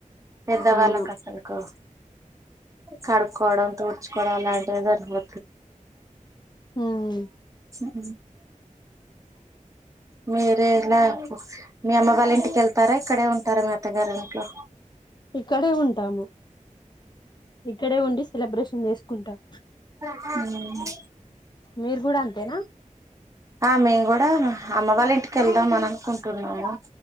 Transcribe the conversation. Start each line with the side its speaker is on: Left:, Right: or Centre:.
Right: పెద్దవాళ్ళకు
Left: అవును
Right: అసలకు కడుక్కోవడం తుడ్చుకోవడం అలాంటివి సరిపో
Left: ఉమ్
Right: స మీరే ఇలా మీ అమ్మ వాళ్ళ ఇంటికెళ్తారా ఇక్కడే ఉంటారు మీ అత్తగారి ఇంట్లో
Left: ఇక్కడే ఉంటాము ఇక్కడే ఉండి సెలబ్రేషన్ చేసుకుంటాం
Right: ఉ
Left: మీరు కూడా అంతేనా
Right: ఆ మేము కూడా అమ్మ వాళ్ళ ఇంటికి వెళ్దాం అని అనుకుంటున్నాము